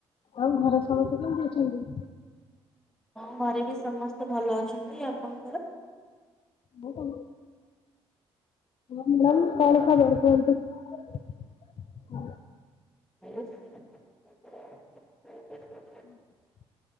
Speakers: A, on the left; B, in the centre.
A: ଆଉ ଘର ସମସ୍ତେ କେମିତି ଅଛନ୍ତି?
B: ହଁ ଘ ସମସ୍ତେ ଭଲ ଅଛନ୍ତି ଆପଣଙ୍କର?
A: <unintelligible> ହଁ ମ୍ୟାଡ଼ାମ କଣ ଖାଇଲେନି କୁହନ୍ତୁ।
B: <inaudible>
A: <inaudible>